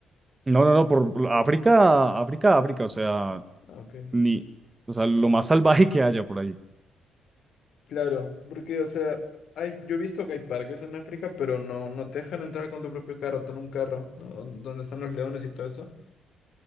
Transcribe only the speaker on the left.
Ah, Ok.
Claro, porque, o sea, hay, yo he visto que hay parques en África, pero no, no te dejan entrar con tu propio carro, con un carro, ¿no? Don- Donde están los leones y todo eso.